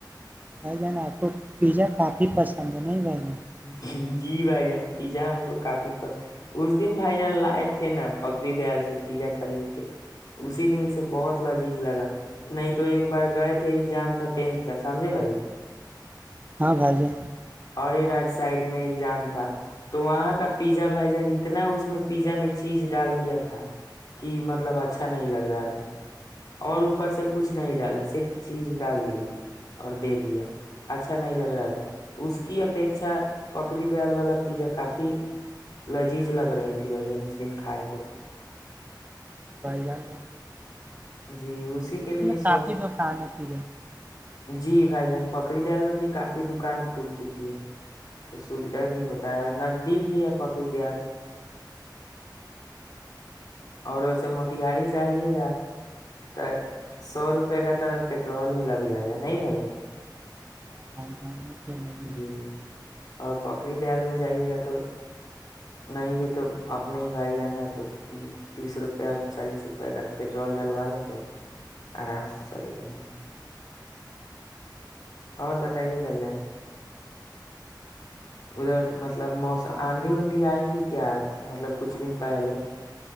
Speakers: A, on the right; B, on the left.
A: ب جانا آپ کو پیزا ک حیفاظام ب نہیںائی
B: <inaudible>
A: با
B: جی بھائی جان پیزا ہم کو کافی اس دن بھائی جان لائے تھے نا پکڑری دیال سے پیزا خرید کے اسی دن سے بہت لذیذ لگا نہیں تو ایک بار گئے تھے ایگزام تھا ٹینھ کا سمجھے بھائی جان
A: ہاں بھائی جی
B: اورا <inaudible> سائڈ میں ایزام تھا تو وہاں کا پیزا بھائی جان اتنا اس میں پیزا میں چیز ڈال دیا تھا کہ مطلب اچھا نہیں لگ رہا تھا اور اوپر سے کچھ نہیں ڈالا صرف چیز ڈال دیا اور دے دیا اچھا نہیں لگ رہا تھا اس کی اپیکھا پکری دیال والا پیزا کافی لذیذ لگ رہی تھی بھائی جان اس دن کھائے تھے تو
A: بھائی جان میں
B: جی اسی کے لیے سوچ
A: کافی تو کھانانا پے
B: جی بھائی جان پکی دال میں بھی کافی دکان کھل چکی ہے تو سوھا بھی ہوتا ہے نزدیک بھی ہے پقی دیال اور ویسے موتیہاری جائےے گا تو سو روپئے کا تو پیٹرول ہی لگ جائے گا نہیں بھائی جان
A: اور ب جان تو <inaudible>
B: جی اور پکری دیال میں جائیے گا تو نہیں بھی تو اپنے ہی بھائی جانا ہے تو تیس روپیہ چالیس روپیہ کا پیٹرول ڈلوا دیتے ہیں آرام سے چلے جاتے ہیں اور بتائیے بھائی جان ادھر مطلب موسم آندھی اندھی آئی تھی کیا مطلب کچھ دن پہلے